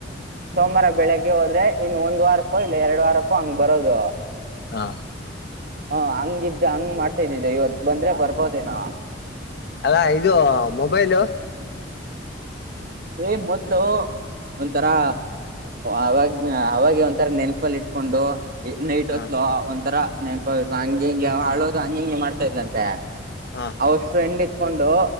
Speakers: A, on the right (about 50°); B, on the left (about 60°).
A: ಸೋಮವಾರ ಬೆಳಿಗ್ಗೆ ಹೋದ್ರೆ ಇನ್ನು ಒಂದ್ ವಾರಕ್ಕೋ ಇಲ್ಲ ಎರಡು ವಾರಕ್ಕೋ ಹಂಗ್ ಬರೋದು.
B: ಹಾ
A: ಹಾ ಹಂಗಿದ್ದ ಹಂಗ್ ಮಾಡ್ತಾ ಇದ್ದಿದ್ದೆ ಇವತ್ತು ಬಂದ್ರೆ ಬರ್ಬೋದೇನ.
B: ಅಲ್ಲಾ ಇದು ಮೊಬೈಲು.
A: ಹೇ ಮೊದ್ಲು. ಒಂಥರಾ ಅವಾಗ ಅವಾಗ ಒಂಥರ ನೆನ್ಪಲ್ಲಿ ಇಟ್ಕೊಂಡು. ನೈಟ್
B: ಹಾ
A: ಹೊತ್ಲ ಒಂತರ ನೆನ್ಪ ಹಂಗ ಹಿಂಗೆ ಹಾಳೋದು ಹಂಗ ಹಿಂಗೆ ಮಾಡ್ತಾ ಇದ್ಲಂತೆ.
B: ಹಾ
A: ಅವಳ ಫ್ರೆಂಡ್ ಹಿಡುಕೊಂಡು.